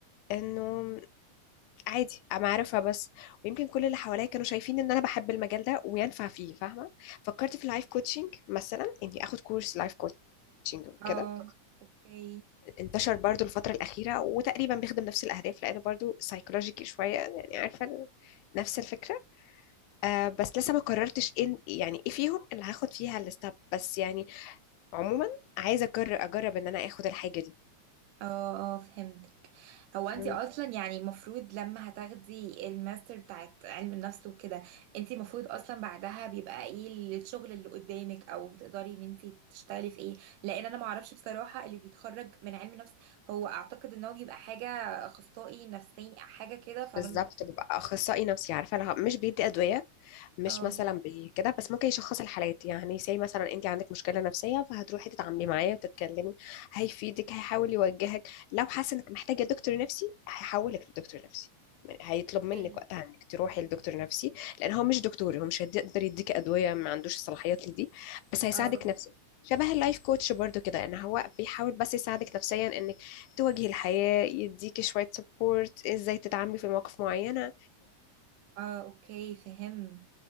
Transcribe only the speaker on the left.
انه عادي انا عارفها بس ويمكن كل اللي حواليا كانوا شايفين ان انا بحب المجال ده وينفع فيه فاهمه فكرت في اللايف كوتشنج مثلا اني اخد كورس لايف كوتشنج
كده
انتشر برضو الفترة الأخيرة وتقريبا بيخدم نفس الأهداف لأنه برضو سايكولوجيكي شوية يعني عارفة ال- نفس الفكرة آه بس لسه ما قررتش إن يعني إيه فيهم اللي هاخد فيها الستاب بس يعني عموما عايزة أجرب أجرب إن أنا آخد الحاجة دي
مم.
بالظبط ببقى أخصائي نفسي عارفة لها مش بيدي أدوية مش
مثلا بكده بس ممكن يشخص الحالات يعني زي مثلا انت عندك مشكله نفسيه فهتروحي تتعاملي معاه وتتكلمي هيفيدك هيحاول يوجهك لو حاسه انك محتاجه دكتور نفسي هيحولك لدكتور نفسي يعني هيطلب منك
وقتها انك تروحي لدكتور نفسي لان هو مش دكتور هو مش هيقدر يديك ادويه ما عندوش الصلاحيات لدي بس هيساعدك
نفسيا شبه اللايف كوتش برضو كده ان هو بيحاول بس يساعدك نفسيا انك تواجهي الحياه يديكي شويه سبورت ازاي تتعاملي في مواقف معينه